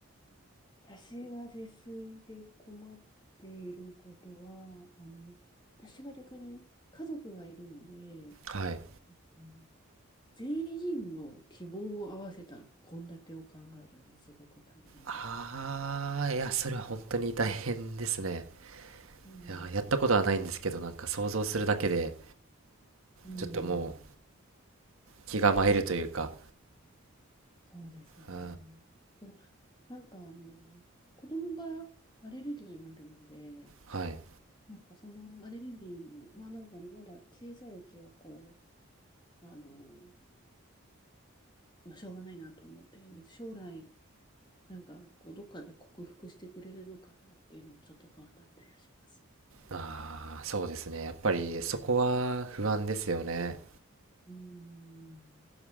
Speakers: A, on the left (about 20°); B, on the right (about 75°).
A: 私が自炊で困っていることは、あの、私は逆に家族がいるので、
B: はい。
A: うん全員の希望を合わせた献立を考えるのがすごく大変でした。
B: ああいや、それは本当に大変ですね。
A: そうなんですよ。
B: いや、やったことはないんですけど、なんか想像するだけで、
A: うん。
B: ちょっともう気が参るというか、
A: そうですね。
B: うん、
A: と、なんかあの、子供がアレルギーがあるので、
B: はい。
A: なんかそのアレルギーも、まあなんかねまだ小さいうちはこう、あの、まあしょうがないなと思ってるんです。将来、なんかこう、どっかで克服してくれるのかなっていうのもちょっと不安だったりはします。
B: ああ、そうですね。やっぱりそこは不安ですよね。
A: うーん